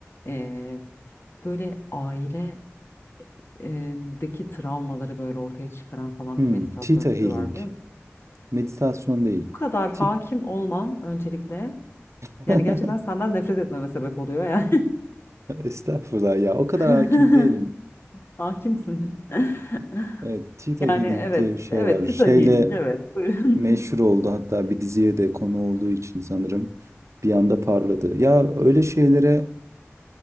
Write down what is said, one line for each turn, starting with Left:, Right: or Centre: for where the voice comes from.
Left: Ee, böyle aile e, deki travmaları böyle ortaya çıkaran falan
Right: Hımm.
Left: bir meditasyon
Right: Theta
Left: türü
Right: Healing.
Left: var biliyor musun?
Right: Meditasyon değil.
Left: Bu kadar hakim
Right: Ti
Left: olman öncelikle
Right: <laughs>
Left: yani gerçekten senden nefret etmeme sebep oluyor yani.
Right: Estağfurullah ya, o kadar
Left: <laughs>
Right: hakim değilim.
Left: Hakimsin. <laughs>
Right: Evet, Theta
Left: Yani
Right: Healing
Left: evet,
Right: diye bir şey
Left: evet,
Right: var.
Left: Theta
Right: Şeyle
Left: Healing, evet, buyurun.
Right: meşhur oldu hatta bir diziye de konu olduğu için sanırım bir anda parladı. Ya, öyle şeylere